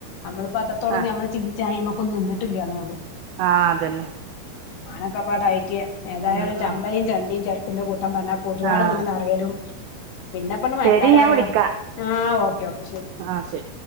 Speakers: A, on the left; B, on the right.
A: നമ്മളിപ്പോ അത്രത്തോളം
B: ആഹ്
A: നമ്മള് ചിന്തിച്ചു കഴിയുമ്പോൾ നമുക്കൊന്നും നിന്നിട്ടില്ല എന്നുള്ള.
B: ആഹ് അതെന്നെ
A: ഞാനൊക്കെ ഇപ്പൊ ആഹ് ഡയറ്റിലാ ഏതായാലും
B: ഉം
A: ചമ്മയും
B: ഉം
A: ചണ്ടിയും ചെരക്കുന്റെ കൂട്ടം പറഞ്ഞു. ഒരുപാട്
B: ആഹ്
A: അങ്ങോട്ട് നിറയലും പിന്നെ ഇപ്പൊ മഴക്കാലം
B: ശരി ഞാൻ
A: ആയാൽ
B: വിളിക്കാ
A: ആഹ് ഓക്കേ ഓക്കേ ശരി.
B: ആഹ് ശരി